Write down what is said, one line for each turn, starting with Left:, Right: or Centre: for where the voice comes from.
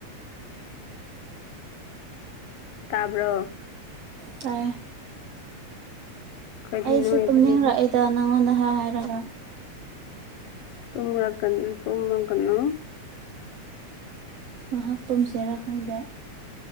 Left: ꯇꯥꯕ꯭ꯔꯣ
Right: ꯇꯥꯏꯌꯦ
Left: ꯑꯩꯈꯣꯏꯗꯤ
Right: ꯑꯩꯁꯨ
Left: ꯅꯣꯏꯕꯅꯤꯅ
Right: ꯇꯨꯝꯅꯤꯡꯔꯛꯑꯦꯗ ꯅꯪꯉꯣꯟꯗ ꯍꯥꯏ ꯍꯥꯏꯔꯒ
Left: ꯇꯨꯝꯔꯛꯀꯅꯨ ꯇꯨꯝꯃꯒꯅꯨ
Right: ꯉꯥꯍꯥꯛ ꯇꯨꯝꯁꯤꯔꯥ ꯈꯪꯗꯦ